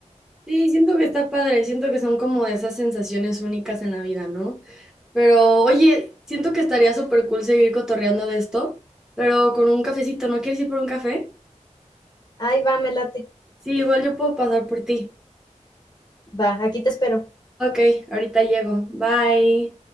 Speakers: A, in the centre; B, on the left (about 35°).
A: Sí, siento que está padre, siento que son como de esas sensaciones únicas en la vida, ¿no? Pero, oye, siento que estaría súper cool seguir cotorreando de esto, pero con un cafecito, ¿no quieres ir por un café?
B: Ay, va, me late.
A: Sí, igual yo puedo pasar por ti.
B: Va, aquí te espero.
A: Ok, ahorita llego. Bye.